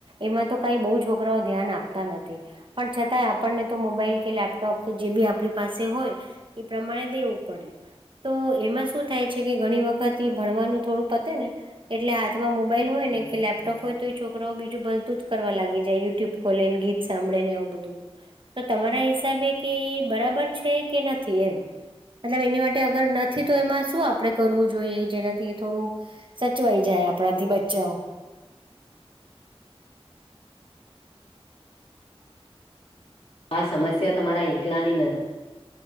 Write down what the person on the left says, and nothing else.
આ સમસ્યા તમારા એકલા ની નથી.